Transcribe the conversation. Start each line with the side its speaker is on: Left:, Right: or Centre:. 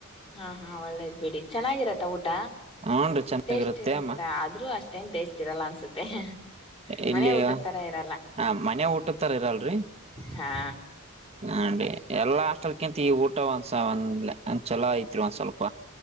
Left: ಹಾ ಹಾ ಒಳ್ಳೇದ್ ಬಿಡಿ ಚೆನ್ನಾಗಿರತ್ತ ಊಟ.
Right: ಹ್ನ್ರಿ ಚೆನ್ನಾಗಿರತ್ತೆ
Left: ಟೇಸ್ಟ್ ಇರತ್ತ
Right: ಅಮ್ಮ
Left: ಆದ್ರೂ ಅಷ್ಟೇನ್ ಟೇಸ್ಟ್ ಇರಲ್ಲ ಅನ್ಸುತ್ತೆ.
Right: ಇಲ್ಲಿಯ
Left: ಮನೆ ಊಟದ ತರ ಇರಲ್ಲ
Right: ಹ ಮನೆ ಊಟತ್ತರ ಇರಲ್ರಿ
Left: ಹಾ
Right: ಹೀ ಎಲ್ಲಾ ಆಸ್ಟಲ್ಕಿಂತ ಈ ಊಟ ಒಂದ್ಸ ಒಂದ್ ಒಂದ್ ಚಲೋ ಐತ್ರಿ ಒಂದ್ ಸ್ವಲ್ಪ